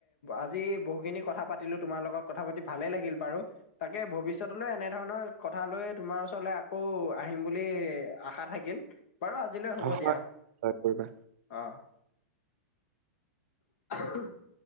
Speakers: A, on the left (about 60°); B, on the right (about 60°).
A: আজি বহুখিনি কথা পাতি পাতিলো তোমাৰ লগত। কথা পাতি ভালে লাগিল বাৰু তাকে ভৱিষ্যতলৈ এনে ধৰণৰ কথা লৈ তোমাৰ ওচৰলৈ আকৌ আহিম বুলি আশা থাকিল। বাৰু আজিলৈ হ'ব
B: হয়,
A: দিয়া।
B: হয় কৰিবা।
A: অহ। <unintelligible>